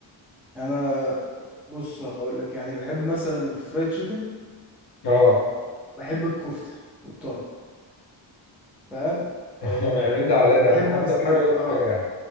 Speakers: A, in the centre; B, on the left (about 55°).
A: انا بص هقول لك يعني بحب مثلا الفرايد تشيكن
B: اه
A: بحب الكفته والطرب فاهم
B: <laughs>
A: أه
B: يعني من ده على
A: وبحب
B: ده يعني ده
A: الستيك
B: في ده في حاجه وده في
A: اه
B: حاجه يعني